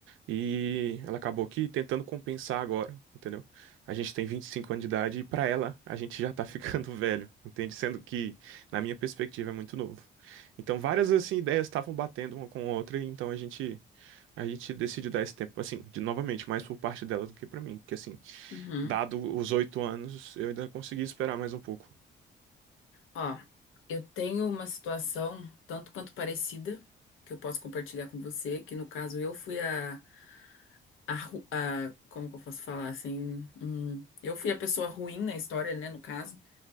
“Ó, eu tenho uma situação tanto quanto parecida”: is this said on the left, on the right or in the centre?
Left